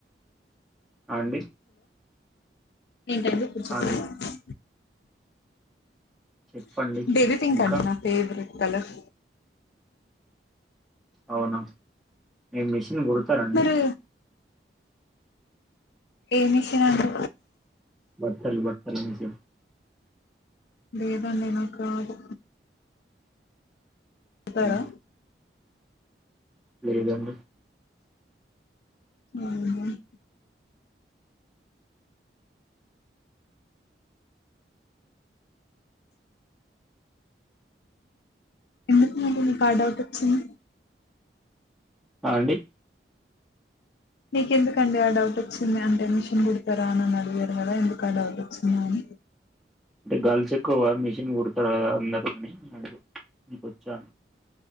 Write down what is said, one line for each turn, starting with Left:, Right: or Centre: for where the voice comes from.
Centre: ఆ అండి
Left: ఏంటండీ ఇప్పుడు చేపుండ్రి
Centre: అది చెప్పండి
Left: బేబీ పింక్
Centre: ఇంకా
Left: అండి నా ఫేవరట్ కలర్
Centre: అవునా మీరు మిషన్ గుడతార అండి
Left: మీరు ఏ మిషన్ అండి
Centre: బట్టలు బట్టలు మిషిన్
Left: లేదండి నాక్ రాదు తార
Centre: అవునా లేదండి
Left: ఉహ్మ్ ఎందుకు మళ్ళీ నీకా ఆ డౌట్ వొచ్చింది
Centre: ఆ అండి
Left: మీక్ ఎందుకండి ఆ డౌట్ వచ్చింది అంటే మిషన్ కుడతారా అన్ అని అడిగారు కదా ఎందుకు ఆ డౌట్ వచ్చిందా అని
Centre: అంటే గాల్స్ ఎక్కువ మిషిన్ కుడతార అ అన్ అని మీకోచా